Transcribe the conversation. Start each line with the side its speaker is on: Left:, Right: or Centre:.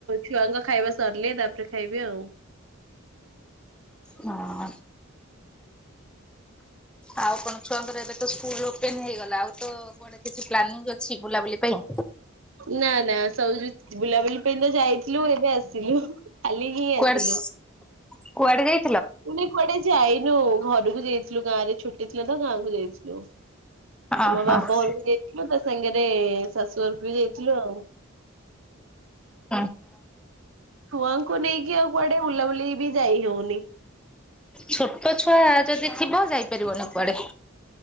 Right: ଛୁଆଙ୍କ ଖାଇବା ସରିଲେ ତାପରେ ଖାଇବି ଆଉ। <inaudible>
Centre: ହଁ। ଆଉ କଣ ଛୁଆଙ୍କର ଏବେ ତ ସ୍କୁଲ ଓପେନ୍ ହେଇଗଲା ଆଉ ତ ଗୋଟେ କିଛି ପ୍ଲାନିଙ୍ଗ ଅଛି ବୁଲାବୁଲି ପାଇଁ
Right: ନା ନା ସବୁୁ ବୁଲାବୁଲି ପାଇଁ ତ ଯାଇ ଥିଲୁ ଏବେ ଆସୁଲୁ କାଲି ହିଁ ଆସୁଲୁ।
Centre: କୁଆଡେ କୁଆଡେ ଯାଇ
Right: ମେ କୁଆଡେ ଯାଇନୁ ଘରକୁ ଯାଇଥିଲୁ ଗାଁ ରେ ଛୁଟି ଥିଲ ତ ଗାଁ କୁ ଯାଇଥିଲୁ।
Centre: ଅ
Right: ଆମ
Centre: ହଁ।
Right: ବାପା ଘରକୁ ଯାଇଥିଲୁ ତା ସାଙ୍ଗରେ ଶାଶୁ ଘରକୁ ବି ଯାଇଥିଲୁ ଆଉ।
Centre: ହ <unintelligible>
Right: ଛୁଆଙ୍କୁ ନେଇକି ଆଉ କୁଆଡେ ବୁଲାବୁଲି ବି ଯାଇ ହଉନି
Centre: ଛୋଟ ଛୁଆ ଯଦି ଥିବ ଯାଇପାରିବନ କୁଆଡେ।